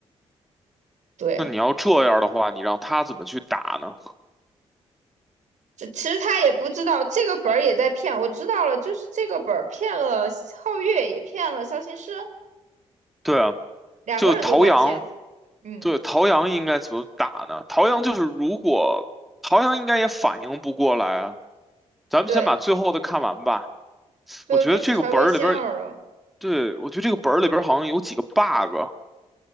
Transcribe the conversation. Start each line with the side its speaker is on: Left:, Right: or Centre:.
Right: 对，
Centre: 那你要这样的话，你让他怎么去打呢？
Right: 这其实他也不知道这个本儿也在骗，我知道了，就是这个本儿骗了皓月，也骗了肖琴师，
Centre: 对啊，
Right: 两个人都在骗。
Centre: 就陶阳。
Right: 嗯，
Centre: 对，陶阳应该怎么打呢？陶阳就是如果陶阳应该也反应不过来啊，咱们先把最后的看完吧。
Right: 对，最后就只差魏仙儿了。
Centre: 我觉得这个本儿里边儿，对，我觉得这个本儿里边儿好像有几个 bug，